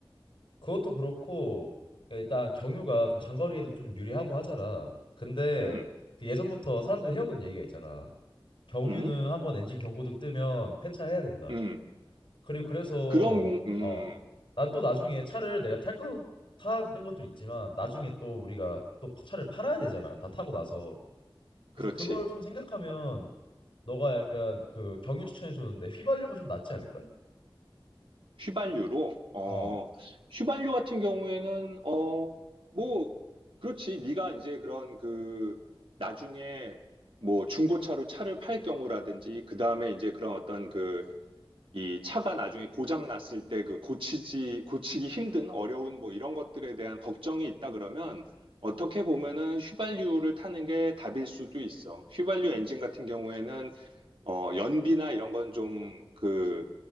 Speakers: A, on the left; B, on the right.
A: 그것도 그렇고 일단 경유가 좀 장거리에도 좀 유리하고 하잖아. 근데
B: 음,
A: 그 예전부터 사람들이 해오던 얘기가 있잖아. 경유는
B: 음,
A: 한번 엔진 경고등 뜨면 폐차해야 된다.
B: 음.
A: 그리고 그래서
B: 그런, 음.
A: 어, 난 또 나중에 차를 내가 탈 거 타는 것도 있지만 나중에 또 우리가 또 파- 차를 팔아야 되잖아. 다 타고 나서.
B: 그렇지.
A: 그래서 그걸 좀 생각하면 너가 약간 그 경유 추천해 줬는데 휘발유가 좀 낫지 않을까?
B: 휘발유로, 어,
A: 어.
B: 휘발유 같은 경우에는, 어, 뭐, 그렇지. 네가 이제 그런 그, 나중에 뭐 중고차로 차를 팔 경우라든지, 그 다음에 이제 그런 어떤 그, 이 차가 나중에 고장 났을 때 그 고치지, 고치기 힘든 어려운 뭐 이런 것들에 대한 걱정이 있다 그러면 어떻게 보면은 휘발유를 타는 게 답일 수도 있어. 휘발유 엔진 같은 경우에는 어, 연비나 이런 건 좀, 그,